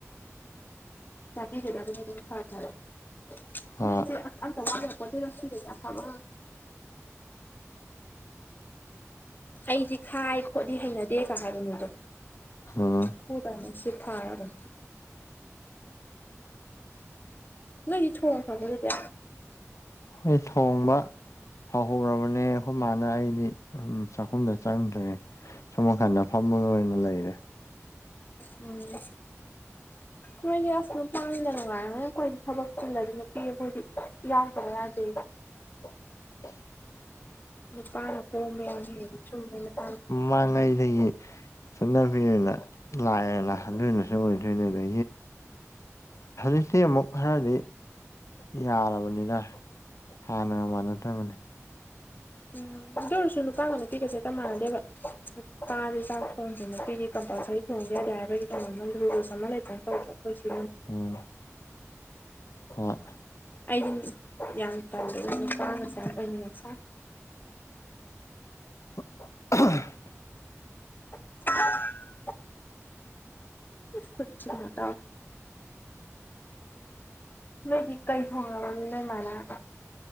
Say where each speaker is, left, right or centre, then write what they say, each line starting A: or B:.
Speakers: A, on the left; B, on the left.
A: ꯆꯄꯤꯔꯤꯗꯕ ꯑꯗꯨꯃ ꯇ ꯊꯔ ꯊꯔꯑꯣ
B: ꯑꯥ
A: ꯃꯤꯦ ꯑꯗ ꯋꯥꯦ ꯀꯣꯗꯤ ꯂ ꯑ ꯊꯕ ꯑꯩꯗꯤ ꯈꯥꯏ ꯈꯣꯠꯂꯤ ꯍꯩꯅꯗꯦ ꯀ ꯍꯥꯏꯕ ꯃꯤꯗꯣ
B: ꯎꯝ
A: ꯍꯔꯅꯤ ꯁꯤ ꯊꯔ ꯎ ꯅꯗꯤ ꯊꯃꯥ ꯐꯅ ꯂꯩꯗꯦ
B: ꯑꯩꯈꯣꯏ ꯊꯣꯡꯕ ꯍꯍ ꯃ ꯑꯩꯈꯣꯏ ꯑꯩꯗꯤ ꯆꯥꯛꯈꯨꯝꯗ ꯆꯪꯗ꯭ꯔꯦ ꯁꯨꯝꯃꯀꯥꯟꯗ ꯐꯝꯕꯒ ꯑꯣꯏꯅ ꯂꯩꯔꯦ
A: ꯎꯝ
B: <unintelligible>
A: ꯃꯣꯏꯒꯤ ꯑꯁ ꯅꯨꯄꯥꯅꯤꯗ ꯅꯨꯡꯉꯥꯏꯔꯉꯩ ꯑꯩꯈꯣꯏ ꯊꯕꯛ ꯆꯤꯜꯂꯗꯤ ꯅꯨꯄꯤ ꯑꯩꯈꯣꯏꯗꯤ ꯌꯥꯎꯗꯕ ꯌꯥꯗꯦ
B: <unintelligible>
A: ꯄꯥꯅ ꯀꯣ ꯃꯅꯤ ꯆꯨꯝꯃꯦ ꯄ
B: ꯃꯥꯡꯉꯩꯗꯒꯤꯌꯦ ꯆꯠꯅꯕꯤꯤꯦꯅ ꯂꯥꯛꯑꯦꯅꯜꯂꯅꯁꯨ ꯑꯣꯏꯗꯣꯏꯅꯦ ꯑꯗ ꯍ ꯁꯤ ꯑꯃꯛ ꯈꯔꯗꯤ ꯌꯥꯔꯕꯅꯤꯅ ꯍꯥꯟꯅꯒ ꯃꯥꯟꯅꯗꯕꯅꯤ
A: ꯎꯝ ꯑꯗꯨ ꯑꯣꯏꯔꯁꯨ ꯅꯨꯄꯥꯒ ꯅꯨꯄꯤꯒꯁꯦꯛꯇ ꯃꯥꯟꯅꯗꯦꯕ ꯀꯥꯥꯁꯦ ꯆꯥꯛ ꯊꯣꯡꯗꯦꯅ ꯀꯩꯗꯤ ꯀꯕꯥꯁ ꯊꯣꯡꯒ ꯌꯥꯗꯦ ꯍꯥꯏꯕꯒꯤ ꯀꯩꯅꯣꯝꯃ ꯔꯨꯜꯁ ꯑꯃ ꯂꯩꯇꯅ ꯇꯧꯕ ꯀꯁꯁꯦ
B: ꯎꯝ ꯍꯣꯏ
A: ꯑꯩꯗꯤ ꯌꯥꯝ ꯄꯜꯗꯦ ꯃꯆꯥ ꯃꯁ ꯑꯣꯏ ꯃꯁ
B: <unintelligible>
A: <unintelligible> ꯈꯨ ꯆꯤꯡꯗ ꯅꯣꯏꯗꯤ ꯀꯩ ꯊꯣꯡꯉꯕ ꯃꯤ ꯂꯩꯃꯥꯟꯅꯕ